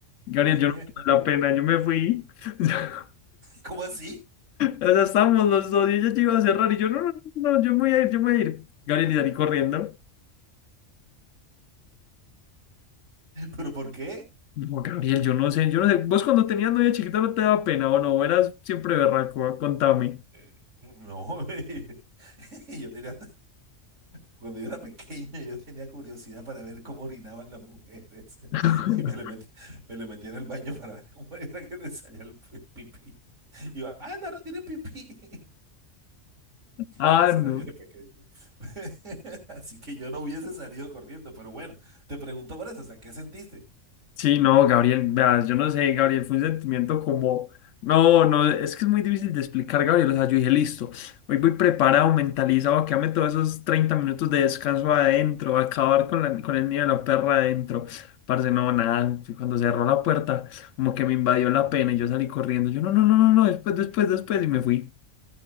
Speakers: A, on the left; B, on the right.
A: Gabriel,
B: <laughs>
A: yo no tuve la pena, yo me fui. <laughs>
B: ¿Cómo así?
A: O sea, estábamos los dos y ella ya iba a cerrar y yo, no, no, no, no, yo me voy a ir, yo me voy a ir. Gabriel y salí corriendo.
B: ¿Pero por qué?
A: No, Gabriel, yo no sé, yo no sé. ¿Vos cuando tenías novia chiquita no te daba pena o no? Eras siempre berraco, contame.
B: Eh, no, <laughs> yo tenía Cuando yo era pequeño, yo tenía curiosidad para ver cómo orinaban las mujeres.
A: <laughs>
B: <laughs> Y me le metí, me le metía en el baño para ver cómo era que les salía el pi- pipí. Y yo, ah, no, no tienen pipí. <laughs>
A: Ah,
B: Ese
A: no.
B: era yo de pequeño. <laughs> Así que yo no hubiese salido corriendo, pero bueno, te pregunto por eso, o sea, ¿qué sentiste?
A: Sí, no, Gabriel, veas, yo no sé, Gabriel, fue un sentimiento como, no, no, es que es muy difícil de explicar, Gabriel, o sea, yo dije, listo, hoy voy preparado, mentalizado, que ame todos esos 30 minutos de descanso adentro, acabar con la, con el niño de la perra adentro, parce, no, nada, cuando cerró la puerta, como que me invadió la pena y yo salí corriendo, yo, no, no, no, no, no, después, después, después, y me fui.